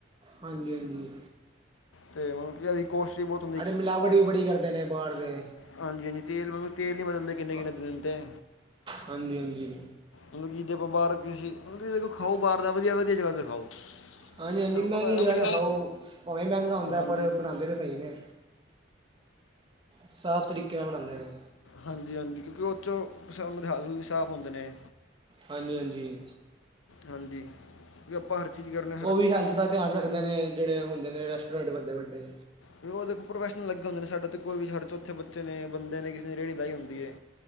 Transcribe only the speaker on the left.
ਤੇ ਮਤਲਬ ਕਿ ਇਹਦੀ ਕੋਸਟ ਵੀ ਬੋਤ
ਹਾਂਜੀ- ਹਾਂਜੀ, ਤੇਲ ਮਤਲਬ ਤੇਲ ਨੀ ਬਦਲਦੇ, ਕਿੰਨੇ-
ਕਿੰਨੇ ਦਿਨ ਤੇ।
ਮਤਲਬ ਕਿ ਜੇ ਆਪਾਂ ਬਾਹਰ ਕਿਸੇ ਮਤਲਬ ਜਦੋਂ ਖਾਓ ਬਾਹਰ ਦਾ, ਵਧੀਆ- ਵਧੀਆ ਜਗ੍ਹਾਂ ਦਾ ਖਾਓ।
ਸਾਨੂੰ
ਪਤਾ ਹੈ ਨਾ
ਵੀ
ਹਾਂ-
ਹਾਂਜੀ
ਹਾਂਜੀ-ਹਾਂਜੀ, ਕਿਉਂਕਿ ਉਹ ਚੋਂ ਕਿਚਨ ਹੱਥ ਹੁੱਥ ਸਾਫ ਹੁੰਦੇ ਨੇ।
ਹਾਂਜੀ। ਵੀ ਆਪਾਂ ਹਰ ਚੀਜ਼ ਕਰਨਾ
ਫਿਰ ਉਹ ਦੇਖੋ ਕੋ ਪ੍ਰੋਫੈਸ਼ਨਲ ਲੱਗੇ ਹੁੰਦੇ ਨੇ, ਸਾਡੇ ਤੇ ਕੋਈ ਵੀ ਸਾਡੇ ਹਰ ਚੌਥੇ ਬੱਚੇ ਨੇ, ਬੰਦੇ ਨੇ, ਕਿਸੇ ਨੇ ਰੇਹੜੀ ਲਾਈ ਹੁੰਦੀ ਏ।